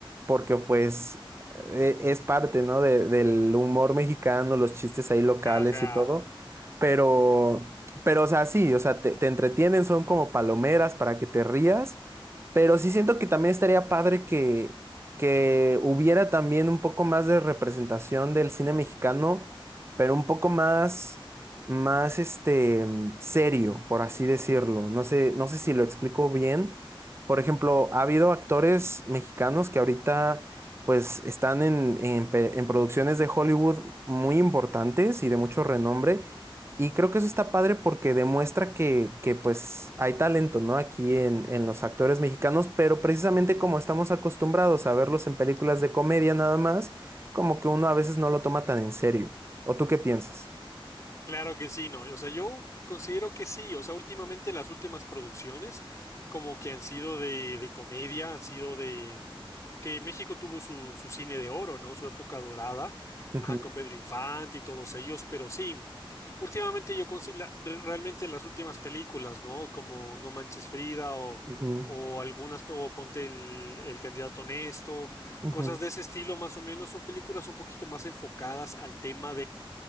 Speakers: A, on the right; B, on the left.
A: porque pues e- es parte, ¿no? de- del humor mexicano, los chistes ahí locales
B: Ajá.
A: y todo, pero, pero, o sea, sí, o sea, te, te entretienen, son como palomeras para que te rías, pero sí siento que también estaría padre que... que hubiera también un poco más de representación del cine mexicano, pero un poco más, más este, mm, serio, por así decirlo. No sé, no sé si lo explico bien. Por ejemplo, ha habido actores mexicanos que ahorita pues están en, en pe- en producciones de Hollywood muy importantes y de mucho renombre, y creo que eso está padre porque demuestra que, que, pues hay talento, ¿no? Aquí en, en los actores mexicanos, pero precisamente como estamos acostumbrados a verlos en películas de comedia nada más, como que uno a veces no lo toma tan en serio. ¿O tú qué piensas?
B: Claro que sí, ¿no? O sea, yo considero que sí. O sea, últimamente las últimas producciones como que han sido de, de comedia, han sido de... que México tuvo su, su cine de oro, ¿no? Su época dorada,
A: Ujú,
B: ajá, con Pedro Infante y todos ellos, pero sí. Últimamente yo considero realmente las últimas películas, ¿no? Como No Manches Frida o,
A: ujú,
B: o algunas, o Ponte el, el candidato honesto,
A: ujú.
B: cosas de ese estilo más o menos, son películas un poquito más enfocadas al tema